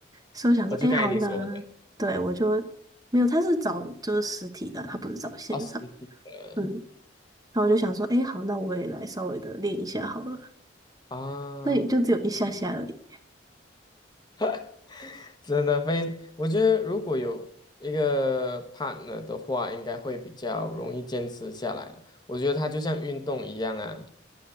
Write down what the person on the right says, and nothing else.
所以我想说，
哎，好那对我就没有，他是找就是实体的，他不是找线上，
嗯，然后我就想说，哎，好，那我也来稍微的练一下好了，
那也就只有一下下而已。